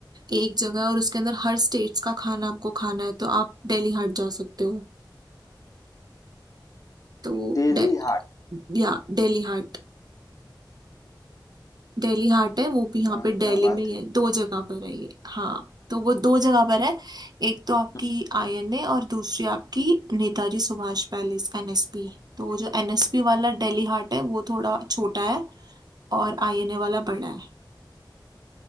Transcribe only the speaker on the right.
एक जगह है और उसके अंदर हर स्टेट्स का खाना आपको खाना है तो आप दिल्ली हाट जा सकते हो तो
डे,
या दिल्ली हाट दिल्ली हाट है वो भी यहाँ
पे दिल्ली
में ही
है दो जगह पर है ये हाँ तो वो दो जगह पर है एक तो आपकी
आईएनए और दूसरी आपकी नेताजी सुभाष पैलेस एनएसपी तो वो जो एनएसपी वाला दिल्ली हाट है वो थोड़ा छोटा है और आईएनए वाला बड़ा है